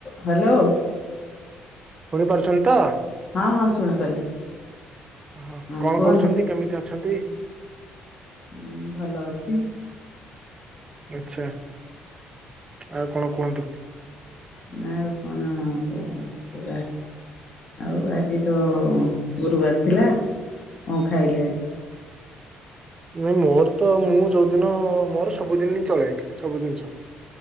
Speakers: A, on the left; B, on the right.
A: Hello.
B: ଶୁଣି ପାରୁଛନ୍ତି ତ?
A: ହଁ ହଁ ଶୁଣିପାରିଲି
B: ଓ
A: ହଁ
B: କଣ
A: କୁହନ୍ତୁ।
B: କରୁଛନ୍ତି କେମିତି ଅଛନ୍ତି?
A: ଉଁ ଭଲ ଅଛି।
B: ଆଛା ଆଉ କଣ କୁହନ୍ତୁ?
A: ନା କଣ ଆଉ ଆଜି ତ ଗୁରୁବାର ଥିଲା କଣ ଖାଇଲେ ଆଜି?
B: ନାଇ ମୋର ତ ମୁଁ ଯୋଉଦିନ ମୋର ସବୁଦିନ ହିଁ ଚଳେ ସବୁ ଜିନିଷ।